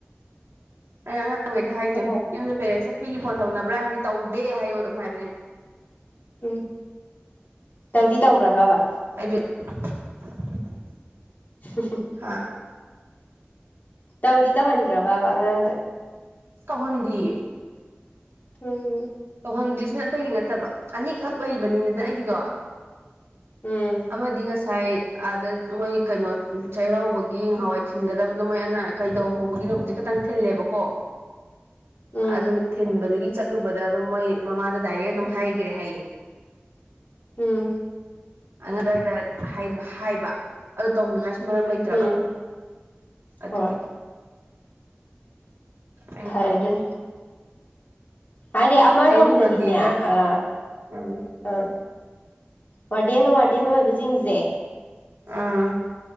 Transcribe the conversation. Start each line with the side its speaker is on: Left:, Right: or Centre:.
Right: ꯑꯩꯅ ꯑꯉꯥꯡꯈꯩꯗ ꯍꯥꯏꯈꯤꯝ
Left: ꯍꯣꯏ
Right: ꯌꯨꯝꯗ ꯄꯦꯔꯦꯟꯁꯇ ꯐꯤꯒꯤ ꯐꯣꯟ ꯇꯧꯅꯕ꯭ꯔꯥ ꯍꯥꯏꯗꯤ ꯇꯧꯗꯦ ꯍꯥꯏꯌꯣ ꯑꯗꯨꯝ ꯍꯥꯏꯕꯅꯦ ꯑꯩꯅꯥ
Left: ꯎꯝ ꯇꯧꯗꯤ ꯇꯧꯈ꯭ꯔꯕꯕ
Right: <inaudible>
Left: ꯍꯨꯝ <unintelligible>
Right: ꯍꯥꯥ
Left: ꯇꯧꯗꯤ ꯇꯧꯍꯟꯈ꯭ꯔꯕꯕ ꯑꯉꯥꯡꯗ
Right: ꯇꯧꯍꯟꯗꯤꯌꯦ
Left: ꯍꯝ ꯍꯝ
Right: ꯇꯧꯍꯟꯗ꯭ꯔꯤꯁꯤꯅ ꯑꯇꯩꯒꯤ ꯅꯠꯇꯕ ꯑꯅꯤꯈꯛ ꯂꯩꯕꯅꯤꯗꯅ ꯑꯩꯒꯤꯗꯣ
Left: ꯎꯝ ꯎꯝ
Right: ꯑꯃꯥꯗꯤ ꯉꯥ ꯉꯁꯥꯏ ꯑꯥꯗ ꯃꯣꯏ ꯀꯩꯅꯣ ꯆꯩꯔꯥꯎꯕꯒꯤ ꯍꯋꯥꯏ ꯊꯤꯟꯒꯗꯕꯗꯣ ꯃꯣꯏ ꯑꯅꯥ ꯀꯩꯗꯧ ꯍꯧꯕꯒꯤꯅꯣ ꯍꯧꯖꯤꯛ ꯈꯛꯇꯪ ꯊꯤꯜꯂꯦꯕꯀꯣ
Left: ꯎꯝ
Right: ꯑꯗꯨ ꯊꯤꯟꯕꯗꯨꯒꯤ ꯆꯠꯂꯨꯕꯗ ꯑꯗꯨꯝ ꯃꯣꯏ ꯃꯃꯥꯗ ꯗꯥꯏꯔꯦꯛ ꯑꯗꯨꯝ ꯍꯥꯏꯈ꯭ꯔꯦ ꯍꯥꯏꯌꯦ
Left: ꯎꯝ꯫
Right: ꯑꯗꯨꯏꯗ ꯍꯥꯏꯕ ꯍꯥꯏꯕ ꯑꯗꯨ ꯇꯧꯅꯤꯡꯉꯥꯏꯁꯨ ꯃꯔꯝ ꯂꯩꯇ꯭ꯔꯕ
Left: ꯎꯝ
Right: ꯑꯗꯨꯅꯤ
Left: ꯍꯣꯏ
Right: ꯑꯩꯅ
Left: ꯐꯔꯦ
Right: ꯇꯧꯍꯥꯟꯗ꯭ꯔꯣ
Left: ꯑꯗꯨꯅ ꯍꯥꯏꯗꯤ ꯑꯃꯔꯣꯝꯗꯗꯤꯅꯦ
Right: ꯃꯤ ꯃꯟꯗꯦꯗ
Left: ꯑꯥ
Right: ꯎꯝ
Left: ꯑꯥ ꯋꯥꯔꯗꯦꯟ ꯋꯥꯔꯗꯦꯟ ꯑꯣꯏꯕꯁꯤꯡꯁꯦ
Right: ꯑꯥ